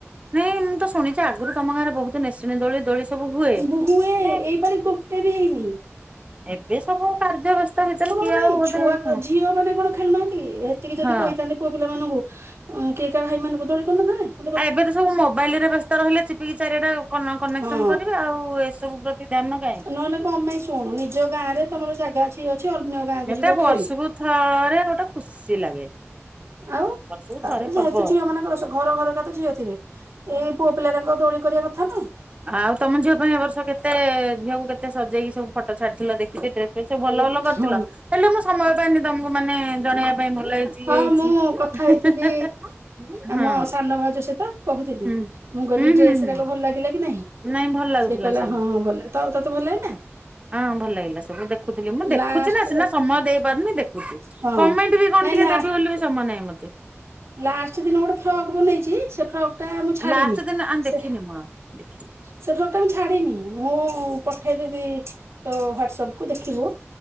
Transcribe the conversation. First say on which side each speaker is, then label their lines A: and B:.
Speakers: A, on the right; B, on the right.
A: ନାଇଁ ମୁଁ ତ ଶୁଣିଛି ଆଗରୁ ତମ ଗାଁରେ ବହୁତ ମେସିନ ଦୋଳି ଦୋଳି ସବୁ ହୁଏ।
B: ବୋହୁଏ
A: ନାଇଁ
B: ଏଇପାଳି ଗୋଟେ ବି ହେଇନି
A: ଏବେ ସବୁ କାର୍ଯ୍ୟ ବ୍ୟସ୍ତ ଭିତରେ
B: କଣ
A: କିଏ
B: ନାାଇଁ
A: ଆଉ ବୋଧେ
B: ଛୁଆ
A: ହଁ
B: ଝିଅ ମାନେ କଣ ଖେଳୁନାହାନ୍ତି ଏତିକି ଯଦି
A: ଆଉ
B: କହିଥାନ୍ତି ପୁଅ ପିଲାମାନଙ୍କୁ କେକା ଭାଇ ମାନଙ୍କୁ ଦଳି କରିନେ ନଁ ଥାନ୍ତେ
A: ଆଉ ଏବେ ତ ସବୁ ମୋବାଇଲ ରେ ବ୍ୟସ୍ତ ରହିଲେ ଚିପିକି ଚାରିଆଡ଼େ କନେକ୍ସନ
B: ହଁ
A: କରିବେ ଆଉ ଏସବୁ ଧ୍ୟାନ କାହିଁ
B: ନହେଲେ କଣ ପାଇଁ ଶୁଣୁ ନିଜ ଗାଁରେ ତମର ଜାଗା ଅଛି ଇଏ ଅଛି ଅନ୍ୟ ଗାଁକୁ
A: ଏଟା
B: ଯିବ
A: ବର୍ଷକୁ
B: ଖେଳି
A: ଥରେ ଗୋଟେ ଖୁସି ଲାଗେ
B: ଆଉ
A: ବର୍ଷକୁ
B: ତାପରେ
A: ଥରେ
B: ଯେହେତୁ
A: ପର୍ବ।
B: ଝିଅ ମାନଙ୍କର ର ଘର ଘରକା ତ ଝିଅ ଥିବେ ଏଇ ପୁଅ ପିଲା ଯାଙ୍କ ଦୋଳି କରିବା କଥା ନା
A: ଆଉ ତମ ଝିଅ ପାଇଁ ଏବ ବର୍ଷ କେତେ ଝିଅକୁ କେତେ ଏତେ ସଜେଇକି ସବୁ ଫଟୋ ଛାଡିଥିଲ ଦେଖିକି ଡ୍ରେସ୍ ଫେସ୍ ସବୁ ଭଲ ଭଲ କରିଥିଲ
B: ହଁ
A: ହେଲେ ସମୟ ପାଇନି ତମକୁ ମାନେ ଜଣେଇବା ପାଇଁ ଭଲ ହେଇଛି
B: ହଁ
A: ଇଏ ହେଇଛି।
B: ମୁଁ କଥା ହେଇଥିଲି ଆମ
A: ହଁ
B: ସାନ ଭାଉଜ ସହିତ କହୁଥିଲି
A: ହୁଁ
B: ମୁଁ କହିଲି
A: ହୁଁ ହୁଁ
B: ଡ୍ରେସ୍
A: ହୁଁ
B: ରାକ ଭଲ ଲାଗିଲା କି ନହିଁ
A: ନାଇଁ ଭଲ ଲାଗୁଥିଲା
B: ସେ କହିଲା
A: ସବୁ।
B: ହଁ ହଁ ଭଲ ତ ତତେ ଭଲ ଲାଗିଲା।
A: ହଁ ଭଲ ଲାଗିଲା ସବୁ ଦେଖୁଥିଲି ମୁଁ ଦେଖୁଛି
B: ଲାଷ୍ଟ
A: ନା ସିନା ସମୟ ଦେଇପାରୁନି ଦେଖୁଛି
B: ହଁ
A: କମେଣ୍ଟ ବି କଣ
B: ନାଇଁ
A: ଟିକେ
B: ଲା
A: ଦେବି ବୋଲି ବି ସମୟ ନାହିଁ ମତେ।
B: ଲାଷ୍ଟ ଦିନ ଗୋଟେ ଫ୍ରକ୍ ବନେଇଛି ସେ ଫ୍ରକ୍ ଟା ମୁଁ ଛାଡିନି
A: ଲାଷ୍ଟ ଦିନ ଆଉ ଦେଖିନି
B: ସେ
A: ମୁଁ ଆଉ ଦେଖିନି।
B: ସେ ଫ୍ରକ ଟା ମୁ ଛାଡିିନି ମୁଁ ପଠେଇଦେବି ତ ହ୍ଵାଟସପ୍ କୁ ଦେଖିବୁ?